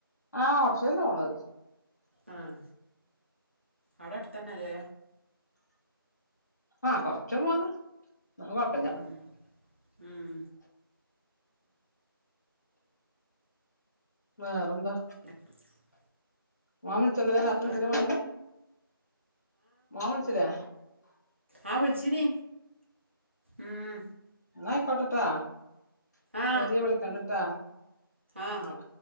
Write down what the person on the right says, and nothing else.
ആഹ് അടെ അട്ത്തന്നെ ലേ
ഉം ഉം
<inaudible>
ഇപ്പ
ഉണ്ട്
ആഹ് വിൾച്ചീനി ഉം
ആ
ആ